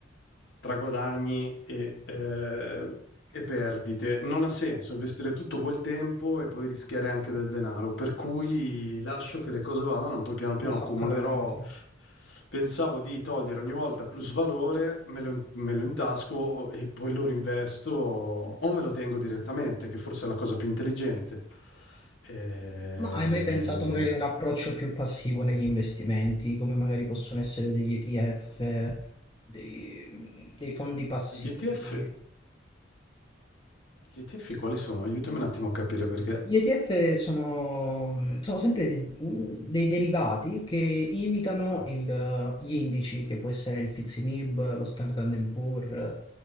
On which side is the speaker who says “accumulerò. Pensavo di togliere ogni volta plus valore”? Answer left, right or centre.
Left